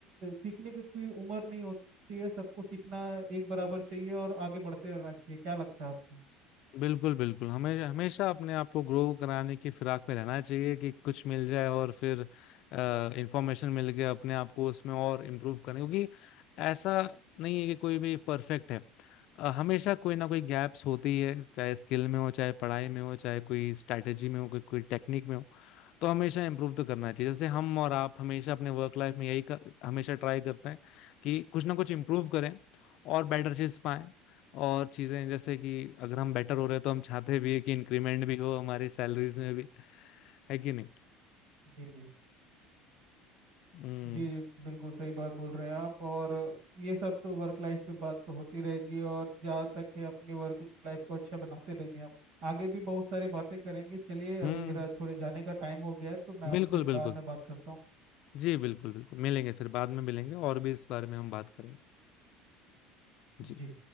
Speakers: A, on the right; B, on the left.
A: सीखने की कोई उम्र नहीं होती है सबको सीखना एक बराबर चाहिए और आगे बढ़ते रहना चाहिए क्या लगता है आपको
B: बिल्कुल बिल्कुल हमें हमेशा अपने आप को ग्रो कराने की फिराक में रहना चाहिए कि कुछ मिल जाए और फिर इंफॉर्मेशन मिल गया अपने आप को उसमें और इम्प्रूव करने क्योंकि ऐसा नहीं है कि कोई भी परफेक्ट है अ, हमेशा कोई ना कोई गैप्स होती है चाहे स्किल में हो चाहे पढ़ाई में हो चाहे कोई स्ट्रैटेजी में हो कोई कोई टेक्निक में हो तो हमेशा इम्प्रूव तो करना चाहिए जैसे हम और आप हमेशा अपने वर्क लाइफ में यही कर, हमेशा ट्राई करते हैं कि कुछ ना कुछ इम्प्रूव करें और बेटर चीज पाएं और चीजें जैसे कि अगर हम बेटर हो रहे हैं तो हम चाहते भी है कि इंक्रीमेंट भी हो हमारी सैलरीज में भी है कि नहीं
A: जी जी
B: हम्म
A: जी जी बिल्कुल सही बात बोल रहे हैं आप और ये सब तो वर्क लाइफ पे बात तो होती रहेगी और जहाँ तक है अपनी वर्क लाइफ को अच्छा बनाते रहेंगे हम आगे भी बहुत सारी बातें करेंगे चलिए
B: हम्म
A: अभी मेरा थोड़े जाने का टाइम हो गया है तो मैं आपसे
B: बिल्कुल बिल्कुल
A: बाद में बात करता हूँ
B: जी बिल्कुल बिल्कुल मिलेंगे फिर बाद में मिलेंगे और भी इस बारे में हम बात करेंगे जी
A: जी